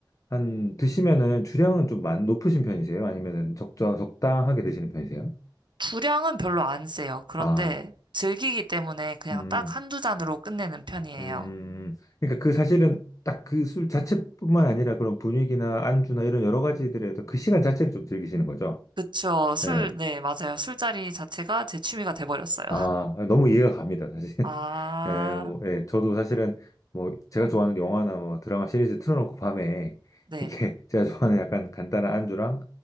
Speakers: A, on the left (about 45°); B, on the right (about 70°).
A: 한 드시면은 주량은 좀 많- 높으신 편이세요? 아니면은 적자 적당하게 드시는 편이세요?
B: 주량은 별로 안 세요. 그런데
A: 아,
B: 즐기기 때문에 그냥
A: 음.
B: 딱 한두 잔으로 끝내는 편이에요.
A: 음, 그러니까 그 사실은 딱 그 술 자체뿐만 아니라 그런 분위기나 안주나 이런 여러 가지들에도 그 시간 자체를 좀 즐기시는 거죠.
B: 그쵸. 술,
A: 예.
B: 네, 맞아요. 술자리 자체가 제 취미가 돼버렸어요.
A: 아, 너무 이해가 갑니다, 사실. <laughs>
B: <laughs> 아,
A: 예, 뭐, 예, 저도 사실은 뭐 제가 좋아하는 영화나 뭐 드라마 시리즈 틀어놓고 밤에
B: 네.
A: 이렇게 <laughs> 제가 좋아하는 약간 간단한 안주랑